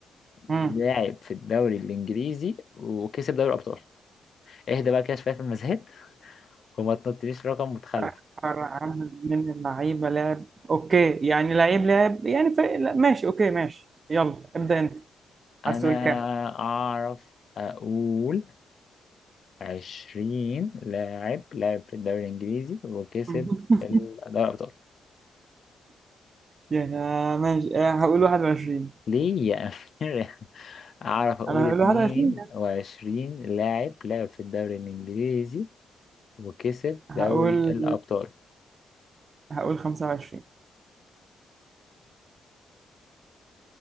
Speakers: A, on the right (about 40°); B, on the left (about 45°).
A: امم
B: لاعب في الدوري الانجليزي وكسب دوري الابطال اهدى بقى كده شوية في المزاد <laughs> وما تنطليش رقم متخلف
A: أكثر عدد من اللعيبة لعب اوكي يعني لعيب لعب يعني فريق لا، ماشي اوكي ماشي يلا ابدأ انت
B: انا
A: عايز تقول كام؟
B: اعرف اقول 20 لاعب لعب في الدوري الانجليزي وكسب
A: <laughs>
B: ال- دوري الابطال
A: يعني ماشي آه، هقول 21
B: ليه يا أمير <laughs> أعرف أقول
A: انا
B: 22
A: هقول 21
B: لاعب لعب في الدوري الإنجليزي وكسب
A: هقول
B: دوري الأبطال
A: هقول 25